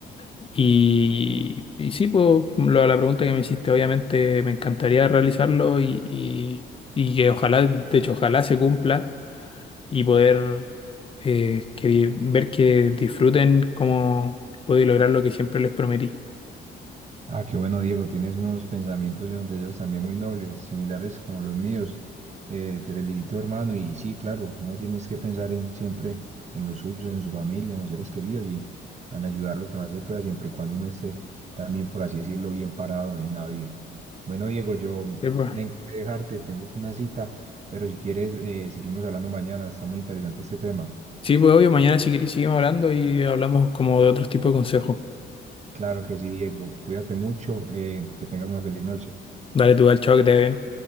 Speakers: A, on the left (about 25°); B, on the right (about 35°).
A: y, y sí, pues lo- la pregunta que me hiciste, obviamente me encantaría realizarlo y, y, y que ojalá, de hecho, ojalá se cumpla y poder eh, que, di- ver que disfruten cómo pude lograr lo que siempre les prometí.
B: Ah, qué bueno, Diego, tienes unos pensamientos y unos deseos también muy nobles, similares como los míos. Eh, te felicito, hermano, y sí, claro, uno tienes que pensar en siempre en los suyos, en su familia, en los seres queridos y en ayudar lo que más se pueda, siempre y cuando uno esté también, por así decirlo, bien parado en la vida. Bueno, Diego, yo
A: Sí, pues,
B: tengo que dejarte, tengo una cita, pero si quieres, eh, seguimos hablando mañana, está muy interesante este tema.
A: Sí, pues, obvio, mañana si queréis seguimos hablando y hablamos como de otros tipos de consejos.
B: Claro que sí, Diego, cuídate mucho, eh, que tengas una feliz noche.
A: Dale tu al chao que te vea bien.